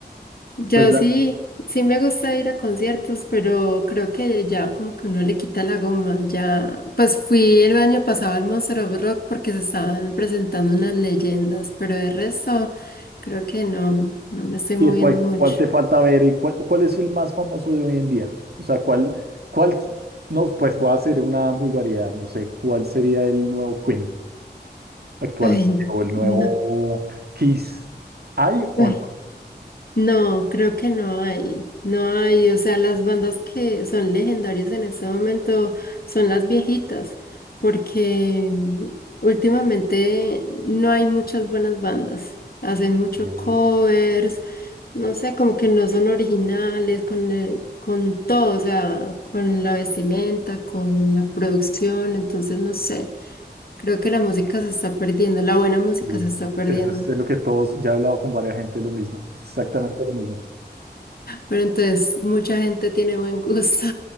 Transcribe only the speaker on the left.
Yo
sí, sí me gusta ir a conciertos, pero creo que ya como que uno le quita la goma. Ya, pues fui el año pasado al Monster of Rock porque se estaban presentando unas leyendas, pero de resto creo que no, no me estoy
moviendo
mucho.
Ay,
no.
ay.
No, creo que no hay, no hay, o sea, las bandas que son legendarias en este momento son las viejitas, porque mm, últimamente no hay muchas buenas bandas, hacen mucho
covers, no sé, como que no son originales con, el- con todo, o sea, con la vestimenta, con la producción, entonces no sé, creo que la música se está perdiendo, la buena música
se está perdiendo.
Pero entonces, mucha gente tiene buen gusto.